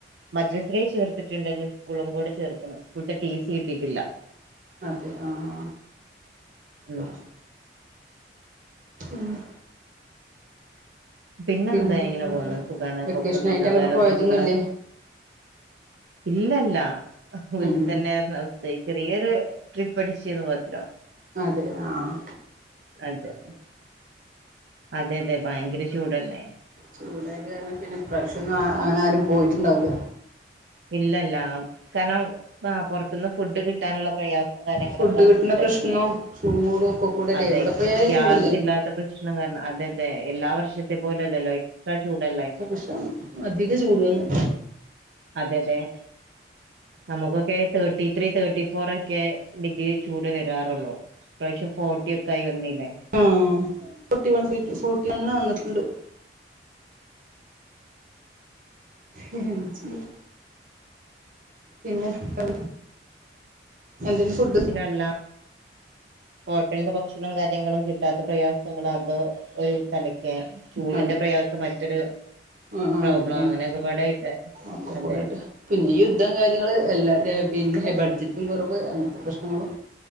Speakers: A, on the right (about 80°); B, on the right (about 45°).
A: മദ്രസല് ചേർത്തിത്ണ്ട് ഇനി സ്കൂളും കൂടെ ചേർക്കണം സ്കൂൾത്തെ ടി സി കിട്ടിട്ടില്ല.
B: അതെ ആഹ്
A: ഉം
B: ആഹ് മ്മ്.
A: പിന്നെ എന്താ
B: എന്തൊക്കെ
A: ഇങ്ങനെ പോവ്ന്ന്
B: വേറെ
A: സുഖാണ്
B: വെക്കേഷൻ
A: കൊപ്പൊന്നുല്ല
B: ആയിട്ട് അങ്ങോട്ട്
A: വേറെന്തൊക്കെയ
B: പോയതൊന്നുംല്ലേ
A: ഇങ്ങെളെ? ഇല്ലല്ല ഒക്കെ വീട്ടി
B: ഉം
A: തന്നെ ര്‌ന്നു സേഫ്. ചെറിയൊരു ട്രിപ്പ് അടിയ്ന്ന് മാത്രം.
B: അതെ ആഹ്
A: അതെ അതെ അതെ ഭയങ്കര ചൂടല്ലേ?
B: ചൂടായത് കാരണം പിന്നെ ഇപ്രാവശ്യം ഒന്നും അ അങ്ങനെ ആരും പോയിട്ട്ണ്ടാവുല്ല?
A: ഇല്ലല്ല കാരണം ആ പൊർത്ത്ന്ന് ഫുഡ് കിട്ടാന്ള്ള പ്രയാസം കാര്യങ്ങളൊക്കെ
B: ഫുഡ്
A: അതുംണ്ടായിരുന്നു
B: കിട്ടുന്ന പ്രശ്നവും ചൂടും ഒക്കെ കൂടെല്ലേ
A: അതെ
B: എവിടെ പോയാലും
A: ഗ്യാസ്ല്ലാത്ത
B: ചൂടല്ലേരുന്നു
A: പ്രശ്നം കാരണം അതെ അതെ എല്ലാ വർഷത്തെ പോലെല്ലല്ലോ എക്സ്ട്രാ ചൂടല്ലേ.
B: പ്രാശ്യം അധിക ചൂടു വന്ന്.
A: അതെതെ. നമുക്കൊക്കെ തേർട്ടി ത്രീ തേർട്ടി ഫോർ ഒക്കെ ഡിഗ്രി ചൂട് വരാറൊള്ളൂ. ഇ പ്രാവശ്യ ഫോർട്ട്യഒക്കെ ആയി വന്നില്ലേ?
B: ആ ഫോർട്ടി വൺ ഫോർട്ടി വണ് വന്നിട്ട്ണ്ട്. എ <inaudible> പിന്നെ എന്താ എന്തെന്നു ഫുഡ്?
A: എല്ല ഹോട്ടൽന്ന് ഭക്ഷണും കാര്യങ്ങളും കിട്ടാത്ത പ്രയാസങ്ങളതോ ഒരു തലക്കെ ചൂടിന്റെ
B: അതെ
A: പ്രയാസം മറ്റൊരു
B: ആ
A: പ്രോബ്ലം
B: അതന്നെയാണ്
A: അങ്ങനൊക്കെപാടേട്ട്
B: ഒക്കെ
A: അതെ
B: കൂടെയിട്ട് പിന്നെ യുദ്ധം കാര്യങ്ങള് എല്ലാ പിന്നെ ബഡ്ജറ്റും കൊർവ് അങ്ങൻത്തെ പ്രശ്നങ്ങളും